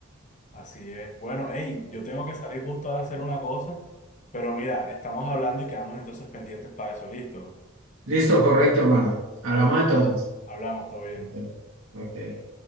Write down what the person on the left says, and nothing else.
Así es. Bueno, hey, yo tengo que salir justo ahora a hacer una cosa, pero mira, estamos hablando y quedamos entonces pendientes para eso. Listo.
Dale, que eso
va. hablamos, todo bien.